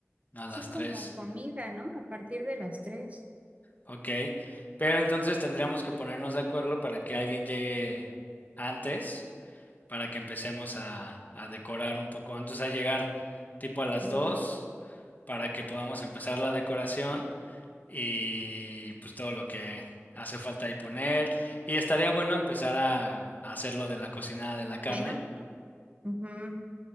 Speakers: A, on the left; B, on the right.
A: A
B: Sí,
A: las
B: como
A: tres,
B: comida, ¿no? A partir de las tres.
A: ok. Pero entonces tendríamos que ponernos de acuerdo para que alguien llegue antes, para que empecemos a, a decorar un poco antes, a llegar tipo a las
B: Y
A: dos, para que podamos empezar la decoración. y pues todo lo que hace falta ahí poner. Y estaría bueno empezar a, a hacer lo de la cocinada de la carne.
B: bueno, ujú.